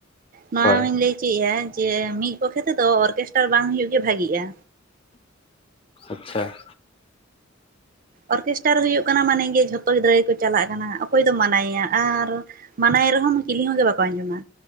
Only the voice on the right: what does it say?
ᱱᱚᱣᱟ
ᱦᱚᱧ ᱞᱟᱹᱭ ᱪᱟᱹᱭᱟ ᱡᱮ ᱢᱤᱫ ᱯᱚᱠᱠᱷᱮ ᱛᱮᱫᱚ ᱚᱨᱜᱮᱥᱴᱟᱨ ᱵᱟᱝ ᱦᱩᱭᱩᱜ ᱜᱮ ᱵᱷᱟᱜᱤᱜᱼᱟ᱾
ᱚᱨᱠᱮᱥᱴᱟᱨ ᱦᱩᱭᱩᱜ ᱠᱟᱱᱟ ᱢᱟᱱᱮ ᱜᱮ ᱡᱷᱚᱛᱚ ᱜᱤᱫᱽᱨᱟᱹ ᱜᱮᱠᱚ ᱪᱟᱞᱟᱜ ᱠᱟᱱᱟ ᱚᱠᱚᱭ ᱫᱚ ᱢᱟᱱᱟᱭᱮᱭᱟ ᱟᱨ ᱢᱟᱱᱟᱭᱮ ᱨᱮᱦᱚᱸᱢ ᱪᱤᱞᱤ ᱦᱚᱸ ᱜᱮ ᱵᱟᱠᱚ ᱟᱸᱡᱚᱢᱟ᱾